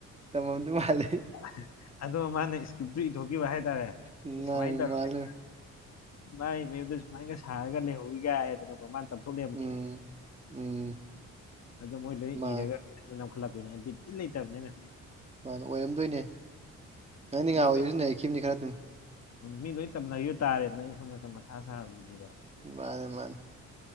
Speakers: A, on the right (about 20°); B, on the left (about 60°).
A: ꯇꯝꯃꯝꯗꯧ ꯃꯥꯜꯂꯤ꯫
B: ꯑꯍ ꯑꯗꯣ ꯃꯥꯅ ꯁꯀ꯭ꯔꯤꯞꯇꯨ ꯏꯊꯣꯛꯈꯤꯕ ꯍꯥꯏꯇꯥꯔꯦ
A: ꯎꯝ ꯃꯥꯅꯤ
B: ꯁꯨꯃꯥꯏꯅ
A: ꯃꯥꯜꯂꯦ
B: ꯇꯧꯔꯒꯦ ꯃꯥꯏ ꯃꯌꯨꯝꯗ ꯁꯨꯃꯥꯏꯟꯒ ꯁꯥꯔꯒ ꯂꯩꯍꯧꯋꯤꯒ ꯍꯥꯏꯗꯅ ꯀꯣ ꯃꯥꯅ ꯇꯝꯊꯣꯛ ꯂꯩꯔꯝꯕꯅꯦꯃꯦ
A: ꯎꯝ ꯎꯝ꯫
B: ꯑꯗꯨ ꯃꯣꯏ ꯂꯣꯏ
A: ꯃꯥꯅꯦ
B: ꯏꯔꯒ ꯅꯝꯈꯠꯂꯛꯄꯤꯅꯦ ꯕꯤꯠ ꯊꯤꯟ ꯂꯩꯇꯕꯅꯤꯅ
A: ꯃꯥꯅꯦ ꯑꯣꯏꯔꯝꯗꯣꯏꯅꯦ ꯅꯪꯗꯤ ꯉꯍꯥꯟꯑꯣꯏꯗꯁꯨ
B: ꯃꯤ ꯂꯣꯏ
A: ꯅꯩꯔꯛꯈꯤꯝꯅꯤ ꯈꯔ ꯑꯗꯨꯝ꯫
B: ꯃꯤ ꯂꯣꯏ ꯇꯝꯅꯒꯤꯕ ꯇꯥꯔꯦꯗꯅ ꯑꯩꯅ ꯁꯣꯝ ꯅꯥꯀꯟ ꯃꯊꯥ ꯁꯥꯕꯁꯤꯗꯦꯕ꯫
A: ꯃꯥꯅꯦ ꯃꯥꯅꯦ꯫